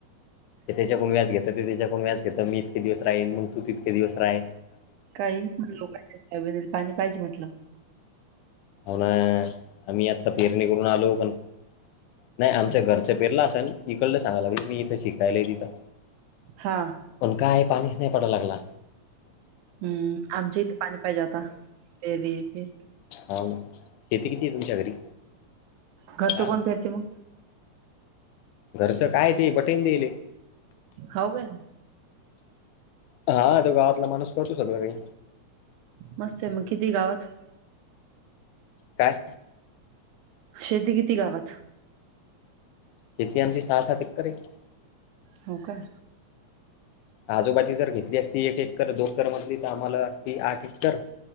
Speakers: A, on the left (about 85°); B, on the right (about 80°).
A: ज त्याच्याकून व्याज घेतं ते त्याच्याकून व्याज घेत मी इतके दिवस राहीन मग तू ततके दिवस राही.
B: काही लोक पाणी पाहिच म्हंटलं.
A: हो ना आम्ही आत्ता पेरणी करून आलो पण नाही आमच्या घरच्या पेरला असेल इकडलं सांगाला मी इथे शिकायला आहे तिथं.
B: हा
A: पण काय पाणीच नाही पडाव लागला.
B: हम्म आमच्या इथं पाणी पाहिजे आाता फेरी फेरी
A: हा ना शेती किती आहे तुमच्या घरी
B: घरचं
A: हा
B: कोण फिरते मग
A: घरचं काय ते बटन देली.
B: हो का?
A: हा तो गावातला माणूस करतू सगळ काही
B: मस्त मग किती गावात?
A: काय?
B: शेती किती गावा
A: शेती आची सा सा तच करायची.
B: हो का.
A: आजूबाजी जर घेतली असती एक एकर दोन कर मधली तर आम्हाला अस आठ एक्कर